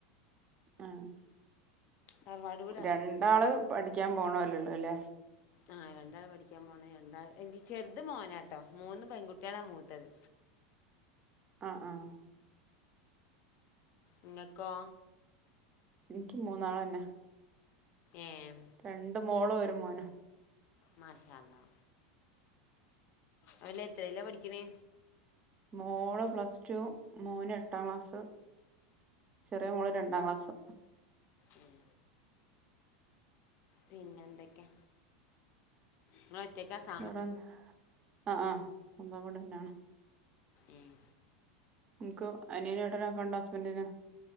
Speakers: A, on the right; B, on the left.
A: ആഹ്
B: തറവാട് വീടാണ്
A: രണ്ടാള് പഠിക്കാൻ പോണല്ലള്ളു അല്ലേ.
B: ആ രണ്ടാള് പഠിക്കാൻ പോണ. രണ്ടാ ചെറുത് മോനാട്ടോ മൂന്ന് പെൺകുട്ടികളാ മൂത്തത്.
A: ആഹ് ആഹ്
B: ഇങ്ങക്കോ.
A: എനിക്ക് മൂന്നാളെന്നെ.
B: ഏം.
A: രണ്ട് മോളും ഒരു മോനും.
B: മാഷ അള്ളാ അവര് എത്രയിലാ പഠിക്കണേ.
A: മോള് പ്ലസ് ടു മോൻ എട്ടാം ക്ലാസ്. ചെറിയ മോള് രണ്ടാം ക്ലാസ്സ്.
B: ഉം പിന്നെ എന്തൊക്കെ. നിങ്ങള് ഒറ്റക്കാത്ത.
A: വേറെ ആഹ് ആഹ് സ്വന്തം വീടെന്നെയാണ്.
B: ഉം
A: നിനക്കോ അനിയൻ ഏട്ടനൊക്കെ ഉണ്ടോ ഹസ്ബന്റിന്.